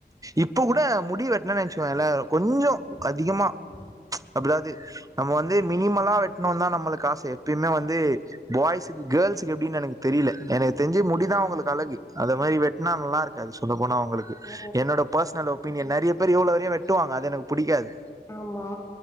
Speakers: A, on the right; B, on the left.
A: இப்ப கூட முடி வெட்னனு நினச்சுகோங்கலே கொஞ்சொ அதிகமா அப்லாது நம்ம வந்து மினிமலா வெட்ணுன்தா நம்மளுக்கு ஆசை எப்பயுமே வந்து பாய்ஸுக்கு கேர்ள்ஸுக்கு எப்டின்னு எனக்கு தெரியல எனக்கு தெரிஞ்சு முடிதா
B: ம்
A: உங்களுக்கு அழகு அத மாரி வெட்னா நல்லாருக்காது சொல்ல போனா உங்களுக்கு
B: ஓ
A: என்னோட பர்ஸ்னல் ஒப்பினியன் நெறைய பேர் இவ்ளோ வரையு வெட் டுவாங்க அது எனக்கு புடிக்காது
B: ஆமா